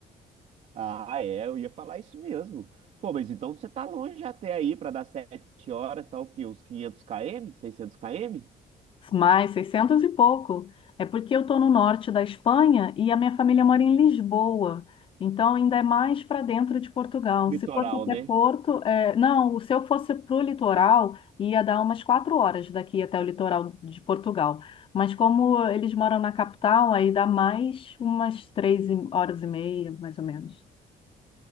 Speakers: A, on the right; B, on the left.
A: Ah, é, eu ia falar isso mesmo. Pô, mas então você tá longe até aí pra dar sete horas, tá o quê? Uns 500 km? seiscentos km?
B: Mais 600 e pouco. É porque eu estou no norte da Espanha e a minha família mora em Lisboa. Então, ainda é mais para dentro de Portugal.
A: Litoral,
B: Se fosse até
A: né?
B: Porto, é, não, se eu fosse para o litoral, ia dar umas quatro horas daqui até o litoral de Portugal. Mas como eles moram na capital, aí dá mais umas três e- horas e meia, mais ou menos.